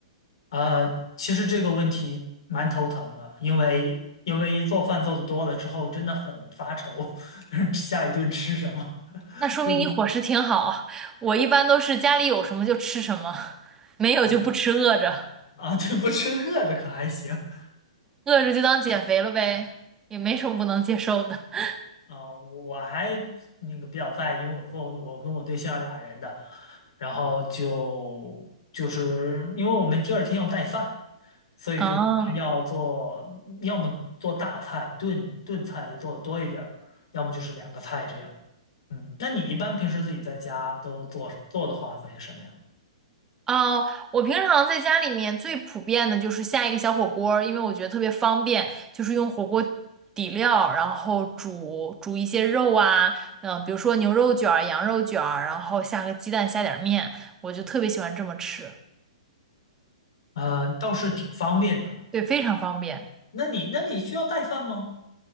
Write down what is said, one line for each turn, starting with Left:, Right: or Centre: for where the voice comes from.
Left: 呃，其实这个问题蛮头疼的，因为因为做饭做的多了之后，真的很发愁，<laughs> 下一顿吃什么 <laughs>？
Right: 那说明你伙食挺好。
Left: 就是
Right: 我一般都是家里有什么就吃什么，没有就不吃，
Left: 想
Right: 饿着，
Left: 啊，对，不吃饿着可还行
Right: 饿着就当减肥了呗，也没什么不能接受的。<laughs>
Left: 啊，我我还那个比较在意，因为我做我跟我对象俩人的，然后就就是因为我们第二天要带饭，所以就是要做，
Right: 哦，
Left: 要么做大菜炖炖菜就做的多一点儿，要么就是两个菜这样。嗯，那你一般平时自己在家都做做的话，做些什么呀？
Right: 嗯，呃我平常在家里面最普遍的就是下一个小火锅儿，因为我觉得特别方便，就是用火锅底料，然后煮煮一些肉啊，嗯、比如说牛肉卷儿、羊肉卷儿，然后下个鸡蛋，下点儿面，我就特别喜欢这么吃，
Left: 啊、倒是挺方便的。
Right: 对，非常方便。
Left: 那你那你需要带饭吗？